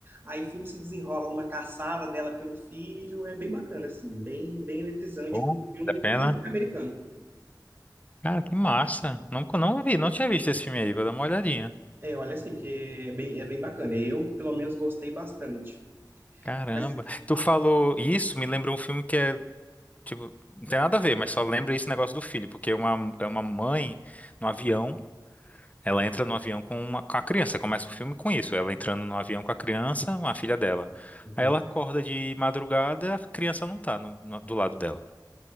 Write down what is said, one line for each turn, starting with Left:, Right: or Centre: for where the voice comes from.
Right: Aí o filme se desenrola numa caçada dela pelo filho. É bem bacana, assim, bem, bem eletrizante
Left: Bom,
Right: para um filme
Left: da pena.
Right: que não é americano.
Left: Cara, que massa. Nunca não vi, não tinha visto esse filme aí, vou dar uma olhadinha.
Right: É, olha assim, porque é bem, é bem bacana. Eu, pelo menos, gostei bastante.
Left: Caramba.
Right: Mas,
Left: Tu falou isso, me lembrou um filme que é Tipo, não tem nada a ver, mas só lembra esse negócio do filho, porque uma, é uma mãe no avião, ela entra no avião com, uma, com a criança, começa o filme com isso, ela entrando no avião com a criança, uma filha dela.
Right: entendi.
Left: Aí ela acorda de madrugada, a criança não tá no- no- do lado dela.